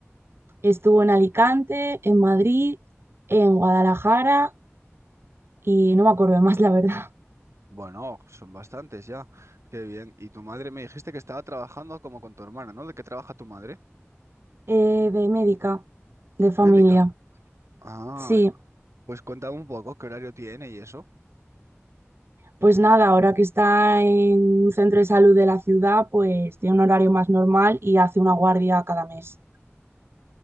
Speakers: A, on the right; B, on the right.
A: Estuvo en Alicante, en Madrid, en Guadalajara y no me acuerdo de más, la verdad. <laughs>
B: Bueno, son bastantes ya. Qué bien. Y tu madre me dijiste que estaba trabajando como con tu hermana, ¿no? ¿De qué trabaja tu madre?
A: Eh, de médica, de familia.
B: Médica. Ah,
A: Sí,
B: y- pues cuéntame un poco qué horario tiene y eso.
A: pues nada, ahora que está en un centro de salud de la ciudad, pues tiene un horario más normal y hace una guardia cada mes.